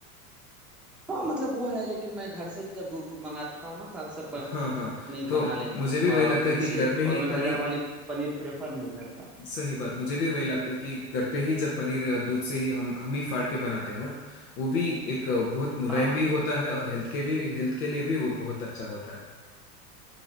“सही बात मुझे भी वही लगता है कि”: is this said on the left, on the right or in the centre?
Left